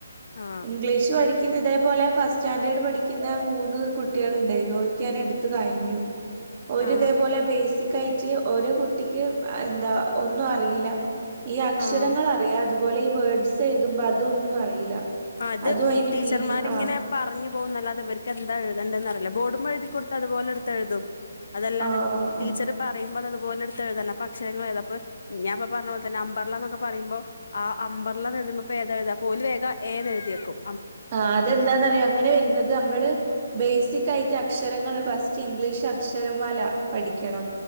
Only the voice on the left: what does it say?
ആ
ആ
ആ
അത്
ടീച്ചർമാരിങ്ങനെ
പറഞ്ഞു പോകുന്നല്ലാതെ ഇവർക്ക് എന്താ എഴുതണ്ടന്നറില്ല ബോർഡുമെഴുതി കൊടുത്ത അതുപോലെടുതെയ്‌തും അതല്ലാതെ
ടീച്ചർ
പറയുമ്പോ അതുപോലെ എടുത്ത്ഴുതന്ന അപ്പക്ഷരങ്ങൾ എഴുതും അപ്പൊ ഞാൻ അപ്പൊ പറഞ്ഞ പോലെ തന്നെ അമ്പർല എന്നൊക്ക പറുമ്പോ ആ അമ്പർല എഴുതുമ്പോ പ്പോ ഏതാ എഴുതാ അപ്പൊ ഓൽ വേഗ 'എ' ന്ന് എഴുതി വെക്കും.